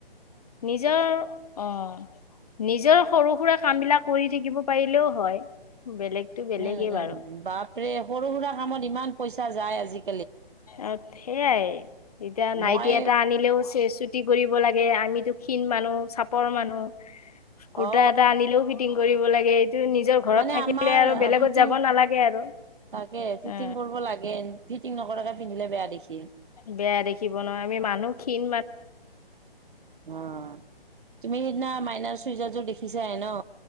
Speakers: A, on the left (about 40°); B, on the right (about 55°).
A: নিজৰ অঁ নিজৰ সৰু সুৰা কাম বিলাক কৰি থাকিব পাৰিলেও হয়। বেলেগতো বেলেগেই
B: উম
A: বাৰু
B: উম বাপৰে সৰু সৰু কামত ইমান পইচা যায় আজি
A: অঁ সেইয়াই এতিয়া নাইটি
B: মই
A: এটা আনিলেও তে চুটি। চুতি কৰিব লাগে আমিতো ক্ষীণ মানুহ চাপৰ মানুহ। কুৰ্তা
B: অ
A: এটা আনিলেও ফিটিং কৰিব লাগে। নিজৰ ঘৰত
B: মানে
A: থাকিলে
B: আমাৰ
A: আৰু বেলেগত
B: ফিটিং
A: যাব নালাগে আৰু
B: তাকে ফিটিং
A: অ
B: কৰিব লাগে। ফিটিং নকৰাকে পিন্ধিলে বেয়া দেখি।
A: বেয়া দেখিব নহয় আমি মানুহ ক্ষীণ।
B: অঁ তুমি সিদিনা মাইনাৰ চুইজাৰযোৰ দেখিছাই ন।